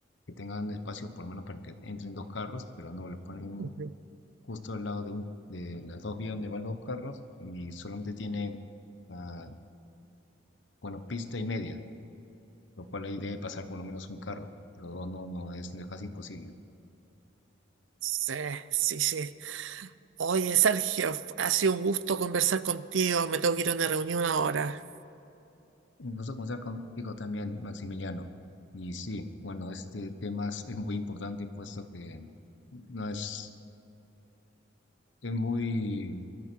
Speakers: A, on the left; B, on the right.
A: que tengan espacio por lo menos para que entren dos carros, pero no, lo ponen
B: Ujú.
A: justo al lado de, un, de las dos vías donde van los carros y solamente tiene, ah, bueno, pista y media, lo cual ahí debe pasar por lo menos un carro, pero dos no, no, es casi imposible.
B: Sí, sí, sí. Oye, Sergio, ha sido un gusto conversar contigo. Me tengo que ir a una reunión ahora.
A: Un gusto conversar contigo también, Maximiliano. Y sí, bueno, este tema es, es muy importante, puesto que no es, es muy